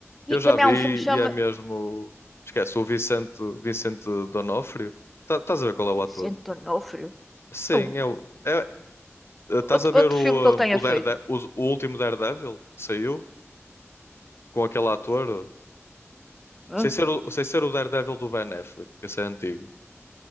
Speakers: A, on the left; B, in the centre.
A: Eu já
B: também
A: vi
B: há um filme que chama
A: e é mesmo... Esquece, o Vicente, Vicente D'Onofrio. Tá- Estás a ver qual é o
B: Vicente
A: ator?
B: D'Onofrio.
A: Sim,
B: Não.
A: é, o- é, eh, estás
B: Outro,
A: a ver
B: outro
A: o,
B: filme que ele tenha
A: eh, o,
B: feito.
A: Darede- o, o último Daredevil que saiu com aquele ator? eh,
B: Hã?
A: Sem ser o, sem ser o Daredevil do Ben Affleck, que esse é antigo.